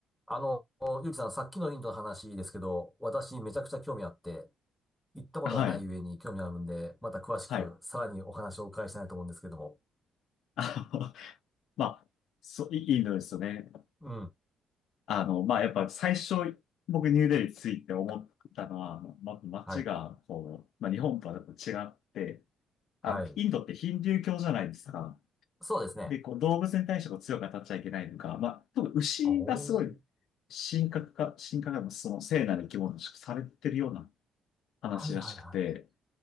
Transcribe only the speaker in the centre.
あの、ゆうきさん、さっきのインドの話ですけど、私めちゃくちゃ興味あって、行ったことがない上に興味あるんで、
また詳しく、
さらにお話をお伺いしたいと思うんですけども。
うん。
はい。
はい。
そうですね。
おー。
はいはいは